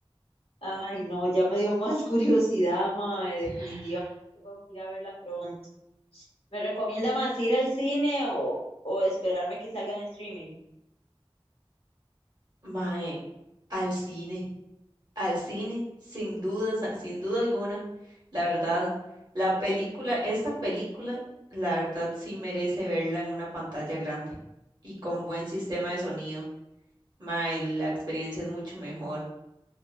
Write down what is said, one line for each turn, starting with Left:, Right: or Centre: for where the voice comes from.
Left: Ay, no, ya me dio más <laughs> curiosidad, mae. Definitivamente
Right: <sighs>
Left: tengo que ir a verla pronto. ¿Me recomienda más ir al cine o, o esperarme que salga en streaming?
Right: Mae, al cine, al cine, sin dudas, sin duda alguna. La verdad, la película, esta película, la verdad sí merece verla en una pantalla grande y con buen sistema de sonido. Mae, la experiencia es mucho mejor.